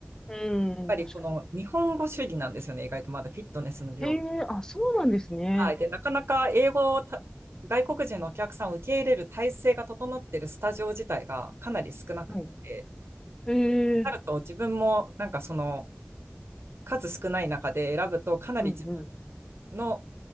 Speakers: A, on the left (about 15°); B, on the right (about 80°).
A: うん、
B: やっぱりこの日本語主義なんですよね、
A: 確かに。
B: 意外とまだフィットネスの業界。
A: へえ、あ、そうなんですね。
B: はい。で、なかなか英語をた外国人のお客さんを受け入れる体制が整っているスタジオ自体がかなり少なくて、
A: はい。へえ、
B: なると自分もなんかその、数少ない中で選ぶと、かなり自
A: うんうん、
B: 分の